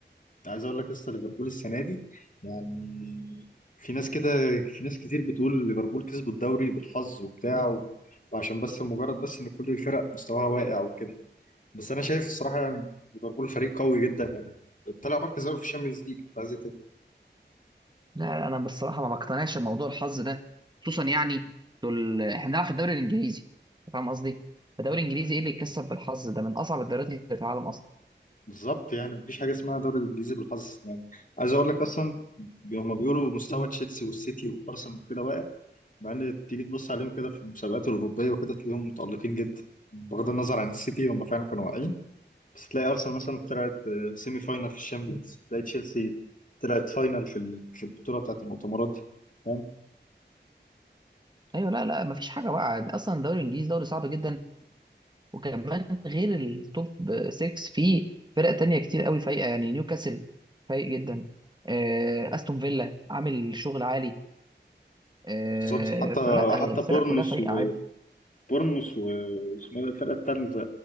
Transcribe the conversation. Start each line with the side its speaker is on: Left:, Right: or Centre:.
Left: عايز اقول لك لسه ليفربول السنه دي يعني في ناس كده في ناس كتير بتقول ليفربول كسبوا الدوري بالحظ وبتاع و... وعشان بس مجرد بس ان كل الفرق مستواها واقع وكده بس انا شايف الصراحه يعني ليفربول فريق قوي جدا يعني طلع مركز اول في الشامبيونز ليج انت عايز إيه تاني؟
Right: لا انا بصراحه ما بقتنعش بموضوع الحظ ده خصوصا يعني دول احنا بنلعب في الدوري الانجليزي أنت فاهم قصدي الدوري الانجليزي ايه اللي يتكسب بالحظ ده من اصعب الدوريات اللي في العالم اصلا
Left: بالظبط يعني مفيش حاجه اسمها دوري الانجليزي بالحظ يعني عايز اقول لك اصلا هم بيقولوا مستوى تشيلسي والسيتي وارسنال وكده واقع مع ان تيجي تبص عليهم كده في المسابقات الاوروبيه وكده تلاقيهم متالقين جدا بغض النظر عن السيتي هم فعلا كانوا واقعين بس تلاقي ارسنال مثلا طلعت آه، سيمي فاينال في الشامبيونز تلاقي تشيلسي طلعت فاينال في ال- في البطوله بتاعت المؤتمرات دي فاهم
Right: ايوه لا لا ما فيش حاجه بقى اصلا الدوري الانجليزي دوري صعب جدا وكمان غير التوب 6 فيه فرق تانية كتير قوي فايقه يعني نيوكاسل فايق جدا آه، استون فيلا عامل شغل عالي آه،
Left: بالظبط حتى
Right: فلا
Left: حتى
Right: هي الفرق
Left: بورنموث
Right: كلها فايقه عادي
Left: وبورنموث واسمها إيه الفرقه الثالثه